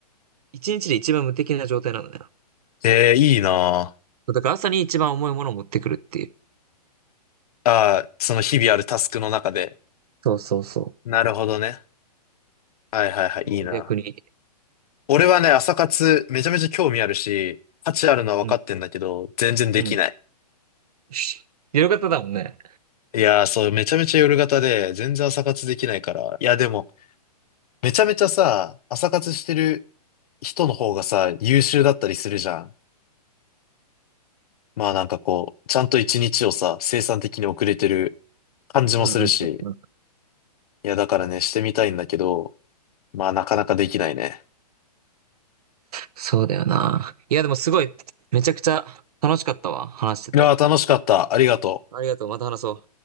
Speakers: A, on the right; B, on the left.
A: 一日で一番無敵な状態なんだよ。
B: ええ、いいなあ。
A: そうだから朝に一番重いものを持ってくるっていう。
B: ああ、その日々あるタスクの中で。
A: そうそうそ
B: なるほどね。はいはいはい、
A: う。
B: いいな。
A: そう逆に。
B: 俺はね、朝活めちゃめちゃ興味あるし、価値あるのは分かってんだけど、
A: うん、
B: 全然できない。
A: うん。<laughs> 夜型だもんね。
B: いやー、そう、めちゃめちゃ夜型で、全然朝活できないから。いや、でも、めちゃめちゃさ、朝活してる人の方がさ、優秀だったりするじゃん。まあなんかこう、ちゃんと一日をさ、生産的に遅れてる感じもするし。
A: うんうんうんうん。
B: いや、だからね、してみたいんだけど、まあなかなかできないね。
A: そうだよな。いや、でもすごい、めちゃくちゃ楽しかったわ。話してて。
B: いやー、楽しかった。ありがとう。
A: ありがとう。また話そう。